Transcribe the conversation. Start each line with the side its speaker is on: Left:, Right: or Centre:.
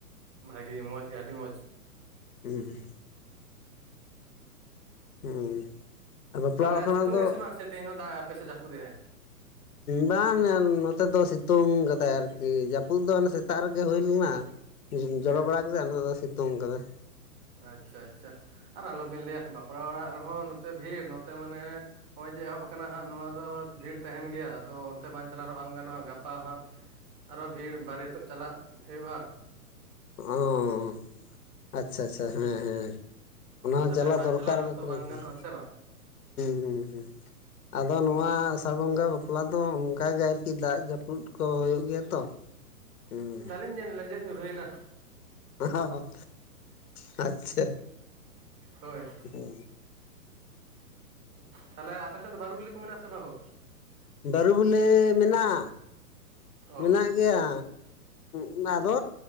Right: ᱵᱷᱟᱜᱮ ᱜᱮ ᱢᱚᱡᱽ ᱜᱮ ᱟᱹᱰᱤ ᱢᱚᱡᱽ।
Left: ᱦᱩᱸ ᱦᱩᱸ ᱟᱨ ᱵᱟᱯᱞᱟ
Right: ᱛᱟᱦᱟᱞᱮ
Left: ᱚᱲᱟᱜ ᱠᱷᱚᱱᱟᱜ
Right: ᱥᱤᱛᱩᱝ
Left: ᱫᱚ
Right: ᱮᱼᱟ ᱥᱮ ᱵᱟᱝ ᱥᱮ ᱛᱮᱦᱮᱧ ᱦᱚᱸ ᱫᱟᱜ ᱮ ᱟᱞᱮᱥᱮᱫ ᱡᱟᱹᱯᱩᱫᱮᱟᱭ?
Left: ᱵᱟᱝ ᱧᱮᱞ ᱱᱚᱛᱮ ᱫᱚ ᱥᱤᱛᱩᱝ ᱠᱟᱫᱟᱭ ᱟᱨᱠᱤ ᱡᱟᱹᱯᱩᱫ ᱫᱚ ᱚᱱᱮ ᱥᱮᱛᱟᱜ ᱨᱮᱜᱮ ᱦᱩᱭ ᱞᱮᱱᱟ। ᱡᱚᱨᱚ
Right: ᱦᱮᱸ
Left: ᱵᱟᱲᱟ ᱠᱮᱫᱟᱭ ᱚᱱᱟᱛᱮ ᱫᱚ ᱥᱤᱛᱩᱝ ᱠᱟᱫᱟᱭ᱾
Right: ᱟᱪᱪᱷᱟ ᱟᱪᱪᱷᱟ ᱟᱨ ᱟᱞᱚᱵᱤᱱ ᱞᱟᱹᱭᱟ ᱵᱟᱯᱞᱟ ᱚᱲᱟᱜ ᱨᱮᱦᱚᱸ ᱱᱚᱛᱮ ᱵᱷᱤᱲ ᱱᱚᱛᱮ ᱢᱟᱱᱮ ᱱᱚᱜᱼᱚᱭ ᱡᱮ ᱮᱦᱚᱵ ᱟᱠᱟᱱᱟ ᱦᱟᱸᱜ ᱱᱚᱣᱟ ᱫᱚ ᱵᱷᱤᱲ ᱛᱟᱦᱮᱱ ᱜᱮᱭᱟ ᱟᱫᱚ ᱚᱱᱛᱮ ᱵᱟᱝ ᱪᱟᱞᱟᱣ ᱨᱮᱦᱚᱸ ᱵᱟᱝ ᱜᱟᱱᱚᱜᱼᱟ ᱜᱟᱯᱟ ᱦᱟᱸᱜ ᱟᱨᱚ ᱵᱷᱤᱲ ᱵᱟᱨᱮᱛᱚᱜ ᱪᱟᱞᱟᱜ ᱦᱩᱭᱩᱜᱼᱟ᱾
Left: ᱚᱸᱻ ᱟᱪᱪᱷᱟ ᱟᱪᱪᱷᱟ ᱦᱮᱸ ᱦᱮᱸ ᱚᱱᱟ ᱦᱚᱸ
Right: ᱛᱟᱦᱚᱞᱮ
Left: ᱪᱟᱞᱟᱜ
Right: ᱵᱟᱝ
Left: ᱫᱚᱨᱠᱟᱨ
Right: ᱪᱟᱞᱟᱣ ᱨᱮᱦᱚᱸ
Left: ᱜᱮ
Right: ᱛᱚ
Left: ᱠᱟᱱᱟ
Right: ᱵᱟᱝ
Left: ᱦᱮᱸ ᱦᱩᱸ
Right: ᱜᱟᱱᱚᱜᱼᱟ ᱥᱮ ᱵᱟᱝ
Left: ᱦᱩᱸ ᱦᱩᱸ, ᱟᱫᱚ ᱱᱚᱣᱟ ᱟᱥᱟᱲ ᱵᱚᱸᱜᱟ ᱵᱟᱯᱞᱟ ᱫᱚ ᱚᱝᱠᱟ ᱜᱮ ᱫᱟᱜ ᱡᱟᱹᱯᱩᱫ ᱠᱚ ᱦᱩᱭᱩᱜ ᱜᱮᱭᱟ ᱛᱚ? ᱦᱩᱸ᱾
Right: ᱟᱹᱞᱤᱧ ᱞᱮᱸᱡᱮᱜ ᱧᱩᱨᱦᱩᱭᱮᱱᱟ
Left: ᱦᱸ- ᱦᱸ ᱟᱪᱪᱷᱟ
Right: ᱦᱳᱭ
Left: ᱦᱩᱸ
Right: ᱛᱟᱦᱚᱞᱮ ᱟᱯᱮ ᱥᱮᱫ ᱫᱚ ᱵᱟᱨᱩ ᱵᱤᱞᱤ ᱠᱚ ᱢᱮᱱᱟᱜ ᱟᱥᱮ ᱵᱟᱹᱝ ᱦᱳ?
Left: ᱵᱟᱨᱩ ᱵᱚᱞᱮ ᱢᱮᱱᱟᱜ-ᱟ?
Right: ᱚ
Left: ᱢᱮᱱᱟᱜ ᱜᱮᱭᱟ ᱩᱸᱜᱻ ᱟᱫᱚ